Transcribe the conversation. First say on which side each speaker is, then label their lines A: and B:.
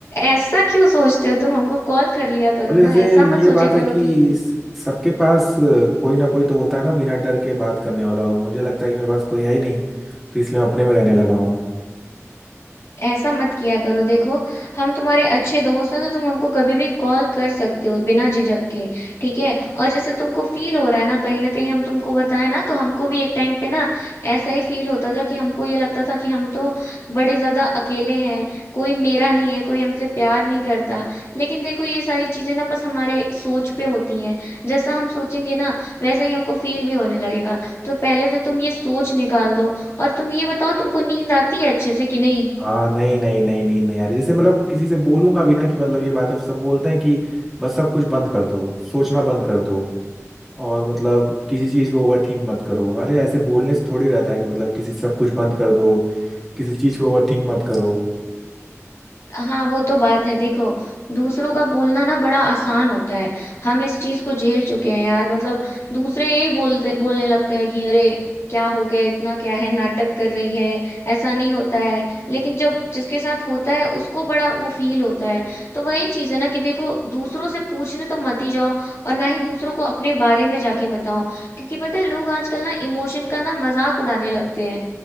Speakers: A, on the left; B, in the centre.
A: ऐसा क्यों सोचते हो तुम हमको कॉल कर लिया करो
B: बोले जैसे
A: ना ऐसा मत
B: ये
A: सोचा
B: बात है
A: करो
B: कि
A: कि,
B: स- सबके पास कोई ना कोई तो होता है ना बिना डर के बात करने वाला और मुझे लगता है कि मेरे पास कोई है ही नहीं तो इसलिए मैं अपने में रहने लगा हूँ
A: ऐसा मत किया करो देखो हम तुम्हारे अच्छे दोस्त हैं तो तुम हमको कभी भी कॉल कर सकते हो बिना झिझक के ठीक है और जैसे तुमको फील हो रहा है ना कहीं ना कहीं हम तुमको बताए ना तो हमको भी एक टाइम पे ना ऐसा ही फील होता था कि हमको ये लगता था कि हम तो बड़े ज्यादा अकेले हैं कोई मेरा नहीं है कोई हमसे प्यार नहीं करता लेकिन देखो ये सारी चीजें ना बस हमारे सोच पे होती हैं जैसा हम सोचेंगे ना वैसा ही हमको फील भी होने लगेगा तो पहले तो तुम ये सोच निकाल दो और तुम ये बताओ तुमको नींद आती है अच्छे से कि नहीं
B: हाँ नहीं नहीं नहीं नींद नहीं आ रही जैसे मतलब किसी से बोलूंगा भी ना कि मतलब ये बात है सब बोलते हैं कि बस सब कुछ बंद कर दो सोचना बंद कर दो और मतलब किसी चीज पे ओवर थिंक मत करो अरे ऐसे बोलने से थोड़ी रहता है कि मतलब किसी सब कुछ बंद कर दो किसी चीज पे ओवर थिंक मत करो
A: हाँ वो तो बात है देखो दूसरों का बोलना ना बड़ा आसान होता है हम इस चीज को झेल चुके हैं यार मतलब दूसरे यही बोलते बोलने लगते हैं कि अरे क्या हो गया इतना क्या है नाटक कर रही है ऐसा नहीं होता है लेकिन जब जिसके साथ होता है उसको बड़ा वो फील होता है तो वही चीज है ना कि देखो दूसरों से पूछने तो मत ही जाओ और ना ही दूसरों को अपने बारे में जाके बताओ क्योंकि पता है लोग आजकल ना इमोशन का ना मजाक उड़ाने लगते हैं